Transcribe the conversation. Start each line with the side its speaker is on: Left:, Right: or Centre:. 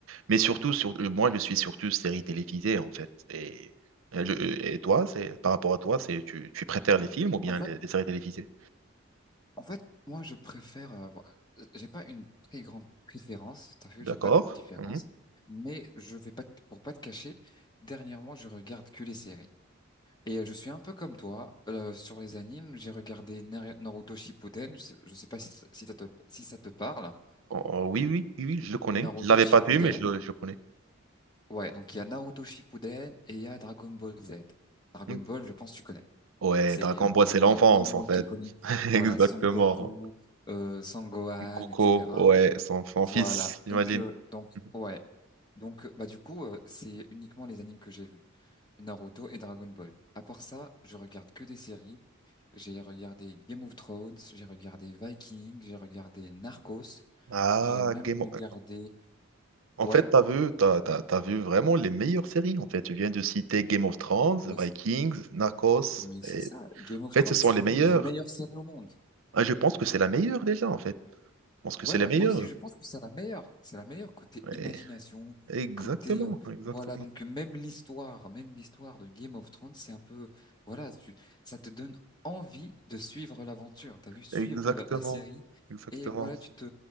Right: Mais surtout, sur, euh, moi, je suis surtout série télévisée, en fait. Et, et je- euh, et toi, c'est, par rapport à toi, c'est, tu, tu préfères les films ou bien
Left: En fait,
Right: les, les séries télévisées?
Left: En fait, moi, je préfère. euh, vo- euh, j'ai pas une très grande préférence. T'as vu,
Right: D'accord.
Left: j'ai pas de différence.
Right: Mhm.
Left: Mais je vais pas te- pour pas te cacher. Dernièrement, je regarde que les séries. Et euh, je suis un peu comme toi euh, sur les animes. J'ai regardé Nar- Naruto Shippuden. Je sais, je sais pas si, si ça te, si ça te parle.
Right: Oh, oh, oui, oui, oui, oui, je le connais.
Left: Naruto
Right: Je l'avais
Left: Shippuden.
Right: pas vu, mais je le, je le connais.
Left: Ouais, donc il y a Naruto Shippuden et il y a Dragon Ball Z. Dragon
Right: Mm.
Left: Ball, je pense que tu connais.
Right: Ouais,
Left: C'est
Right: Dragon
Left: euh, voilà,
Right: Ball, c'est
Left: donc
Right: l'enfance,
Left: il y a tout le monde
Right: en fait.
Left: qui connaît.
Right: <laughs>
Left: Voilà,
Right: Exactement.
Left: Son Goku, euh, Son Gohan,
Right: Coco,
Left: etc.
Right: ouais, son, son fils,
Left: Voilà.
Right: j'imagine.
Left: Donc, euh, donc,
Right: Mhm.
Left: ouais. Donc, euh, bah, du coup, euh, c'est uniquement les animes que j'ai vus. Naruto et Dragon Ball. À part ça, je regarde que des séries. J'ai regardé Game of Thrones, j'ai regardé Vikings, j'ai regardé Narcos,
Right: Ah,
Left: j'ai même
Right: Game
Left: regardé...
Right: of- En
Left: Ouais,
Right: fait, t'as vu, t'as, t'as- t'as vu vraiment les meilleures séries. En fait, tu viens de citer Game of Thrones,
Left: mais,
Right: Vikings, Narcos.
Left: mais c'est
Right: et-
Left: ça. Game of
Right: En fait,
Left: Thrones,
Right: ce sont
Left: c'est
Right: les
Left: l'une
Right: meilleurs.
Left: des meilleures séries au monde.
Right: Ah, je pense que c'est la meilleure déjà, en fait. Je pense que
Left: Ouais,
Right: c'est
Left: ouais,
Right: la meilleure.
Left: moi aussi, je pense que c'est la meilleure. C'est la meilleure côté
Right: Ouais.
Left: imagination,
Right: Exactement,
Left: côté, euh,
Right: exactement,
Left: voilà, donc même l'histoire, même l'histoire de Game of Thrones, c'est un peu, voilà, tu- ça te donne envie de suivre l'aventure. T'as vu, suivre
Right: exactement,
Left: la, la série.
Right: exactement.
Left: Et voilà, tu te,